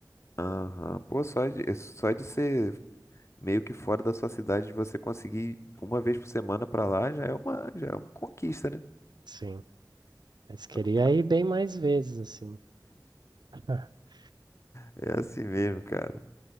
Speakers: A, on the left; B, on the right.
A: Aham. Pô, só de, é só de ser meio que fora da sua cidade, você conseguir uma vez por semana pra lá já é uma, já é uma conquista, né?
B: Sim. Mas queria
A: Então tá.
B: ir bem mais vezes, assim. <laughs>
A: É assim mesmo, cara.